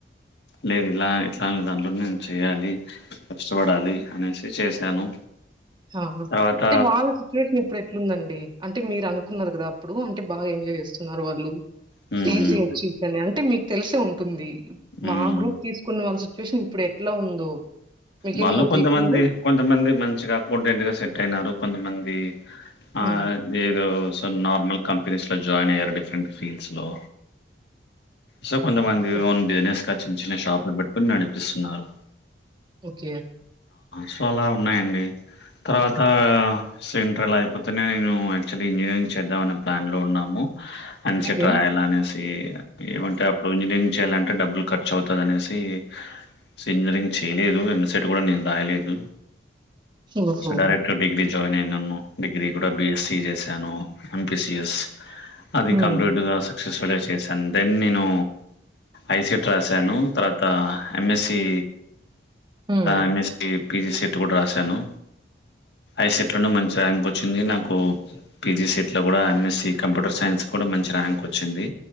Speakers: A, on the left; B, on the right.
A: లేదు ఇలా ఇట్లానే దాంట్లోనే నేను చేయ్యాలి కష్టపడాలి అనేసి చేశాను
B: హ అంటే
A: తర్వాత
B: వాల సిచు సిచువేషన్ ఇప్పుడు ఎట్లుందండి అంటే మీరు అనుకున్నారు కదా అప్పుడు అంటే బాగా ఎంజాయ్ చేస్తున్నారు వాళ్ళు
A: మ్మ్
B: సిఈసి హెచ్ఈసి అని అంటే మీకు తెలిసే ఉంటుంది మా
A: మ్మ్
B: గ్రూప్ తీసుకున్న వాళ్ళ సిచ్యువేషన్ ఇప్పుడు ఎట్లా ఉందో మీకేమన్నా
A: వాళ్ళు కొంతమంది
B: తెలిసిందా?
A: కొంతమంది మంచిగా అకౌంటెంటుగా సెట్ అయినారు కొంతమంది
B: హ్మ్.
A: ఆ ఏదో సో నార్మల్ కంపెనీస్లో జాయిన్ అయ్యారు డిఫరెంట్ ఫీల్డ్స్లో సో కొంతమంది
B: ఓకే.
A: ఓన్ బిజినెస్ గా చిన్న చిన్న షాప్లు పెట్టుకుని నడిపిస్తున్నారు
B: ఓకే
A: సో అలా ఉన్నాయండి తర్వాత సేమ్ట్రల్ అయిపోతేనే నేను యాక్చువల్లీ ఇంజనీరింగ్ చేద్దామనే ప్లాన్ లో ఉన్నాము ఎంసెట్
B: ఓకే.
A: రాయాలనేసి ఏమంటే అప్పుడు ఇంజనీరింగ్ చేయాలంటే డబ్బులు ఖర్చు అవుతది అనేసి స ఇంజనీరింగ్ చేయ లేదు ఎంసెట్ కూడా నేను రాయలేదు
B: ఓహో!
A: సో డైరెక్ట్ డిగ్రీ జాయిన్ అయి నను డిగ్రీ కూడా బీఎస్సి చేశాను ఎంపిసిఎస్ అది
B: హ్మ్.
A: కంప్లీట్గా సక్సెస్ఫుల్గా చేశాను దెన్ నేను ఐ సేట్ రాసాను తర్వాత MSc
B: hmm.
A: MSc PG CET కూడా రాసాను ఐసెట్ లోను మంచి ర్యాంక్ వచ్చింది నాకు పీజీ సేట్లో కూడా ఎంఎస్సి కంప్యూటర్ సైన్స్ కూడా మంచి ర్యాంక్ వచ్చింది